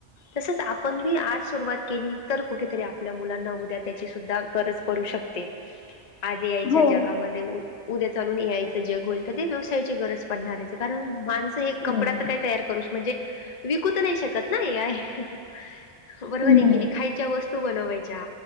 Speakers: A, on the left; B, on the left.
A: तसच आप पण मी आज सुरुवात केली तर कुठेतरी आपल्या मुलांना उद्या त्याचीसुद्धा गरज पडू शकते
B: <inaudible>
A: आजी यायच्या
B: हो.
A: जगामध्ये उद्या चालून यायच जग होईल तर ते व्यवसायाची गरज पडणार आहे कारण माण ते
B: बरोबर.
A: कपडा तर काही तयार करू म्हणजे विकू तर नाही शकत ना हे आहे बरोबर
B: हं.
A: आहे की नाही खायच्या वस्तू बनवायच्या